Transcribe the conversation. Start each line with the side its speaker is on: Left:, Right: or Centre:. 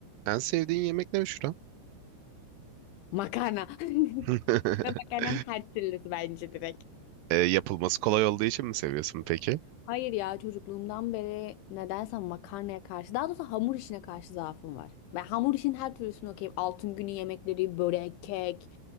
Right: En sevdiğin yemek ne Büşra?
Left: Makarna. <laughs>
Right: <laughs>
Left: Ve makarnanın her türlüsü bence direkt.
Right: E, yapılması kolay olduğu için mi seviyorsun peki?
Left: Hayır ya çocukluğumdan beri nedense makarnaya karşı daha doğrusu hamur işine karşı zaafım var. Ben hamur işin her türlüsünü okeyim. Altın günü yemekleri, börek, kek,